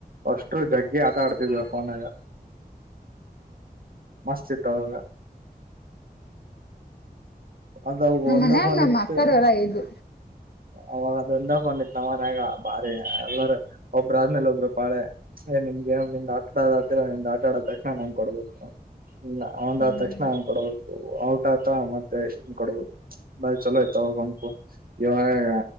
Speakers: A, on the right; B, on the left.
A: ಅಷ್ಟರು ಜಗ್ಗಿ ಆಟ ಆಡ್ತಿದ್ವಿ ಫೋನ್ನಾಗ. ಮಸ್ ಇತ್ತ್ ಅವಾಗ. ಅದ
B: ನಮ್ಮ
A: ಒಂದ
B: ಮನ್ಯಾಗ್
A: ಫೋನ್
B: ನಮ್ಮ
A: ಇತ್ತು
B: ಅಕ್ಕಾರರ ಐದು.
A: ಅವಾಗ ಅದೊಂದ ಫೋನ್ ಇತ್ ನ ಮನ್ಯಾಗ ಬಾರಿ ಎಲ್ಲರ ಒಬ್ಬ್ರ ಆದ್ಮೇಲೆ ಒಬ್ರು ಪಾಳೆ ಏ ನಿಮ್ಗೆನ್ ನಿಮ್ದ್ ಆಟಡದ ಆತಿರ ನಿಮ್ದು ಆಟ ಆಡ ತಕ್ಷಣ ನಂಗ್ ಕೊಡ್ಬೇಕು ಔಂಡ್
B: ಹ್ಮ್
A: ಆದ ತಕ್ಷಣ ನಂಗ ಕೊಡ್ಬೇಕು ಔಟ್ ಆತ ಮತ್ತೆ ಇನ್ ಕೊಡ್ಬೇಕು ಬಾರಿ ಚಲೋ ಇತ್ತ ಅವಾಗ್ ಒಂದ್ ಫೋನ್. ಇವಾಗಾ